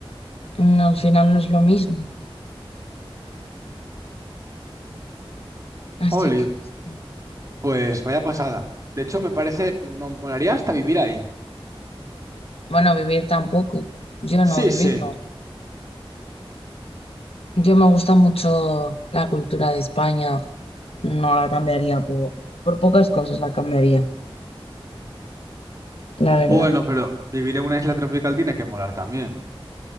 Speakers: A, on the left (about 80°); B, on the right (about 35°).
A: No, al final no es lo mismo. Así
B: Jolín,
A: que, no sé.
B: pues vaya pasada. De hecho, me parece, me molaría hasta vivir ahí.
A: bueno, vivir tampoco. Yo
B: Sí,
A: no, vivir
B: sí.
A: no. Yo me gusta mucho la cultura de España. No la cambiaría por, por pocas cosas, la cambiaría, la verdad.
B: Bueno, pero vivir en una isla tropical tiene que molar también.